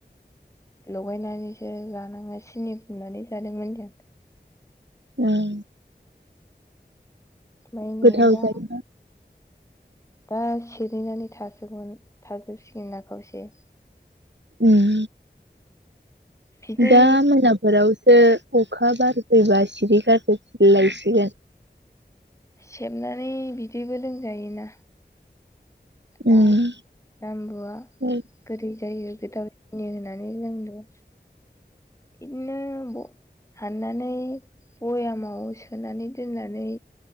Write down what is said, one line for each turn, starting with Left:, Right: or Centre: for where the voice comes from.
Left: लगायनानैसो जानाङो सिनि फुनानै जादोंमोन जों।
Right: ओं
Left: माय नाय
Right: गोथाव
Left: दाम
Right: जायोना
Left: दा सिरिनानै थाजोबगोन थाजोबसिगोन ना खावसे
Right: ओम
Left: बिदै
Right: दा मोना फोराव ओ अखा बार फैबा सिरिगारजोब लायसिगोन
Left: सेबनानै बिदैबो लोंजायोना
Right: उम
Left: दा जामबुआ
Right: औ
Left: गोदै जायो गोथाव <inaudible> नि होननानै नै जोङो इदिनो ब हाननानै बयामाव सोनानै दोननानै